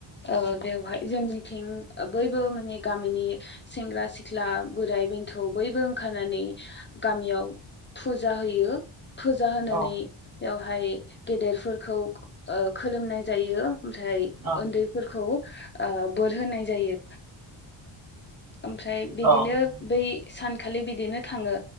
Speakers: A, on the left (about 25°); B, on the right (about 45°).
A: ओ बेवहाय जोंनिथिं बयबो माने गामिनि सेंग्रा सिख्ला बोराय बेन्थ' बयबो ओंखारनानै गामियाव फुजा होयो फुजा होनानै
B: औ
A: बेवहाय गेदेरफोरखौ खोलोमनाय जायो। ओमफ्राय
B: औ
A: उन्दैफोरखौ बोर होनाय जायो। ओमफ्राय बिदिनो
B: औ
A: बै सानखालि बिदिनो थाङो